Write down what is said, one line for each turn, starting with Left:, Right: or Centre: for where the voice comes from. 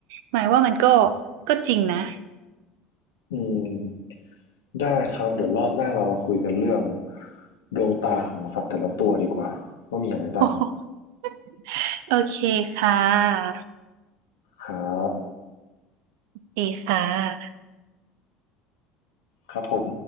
Right: หมายว่ามันก็ก็จริงนะ
Left: อืมได้ครับเดี๋ยวรอบหน้าเรามาคุยกันเรื่องดวงตาของสัตว์แต่ละตัวดีกว่าว่ามีอะไรบ้าง
Right: <laughs> โอเคค่ะ
Left: ครับ
Right: ดีค่ะ
Left: ครับผม